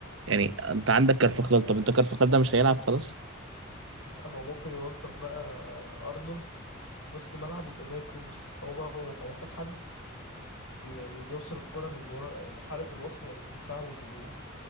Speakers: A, on the right; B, on the left.
A: يعني انت عندك كارفاخال طب انت كارفاخال ده مش هيلعب خلاص
B: هو ممكن يوظف بقى ارنولد نص ملعب يبقى زي كروس هو بقى هو هو محتاج حد بي- يعني بيوصل الكرة من ورا يعني حالة الوصل بين الدفاع والهجوم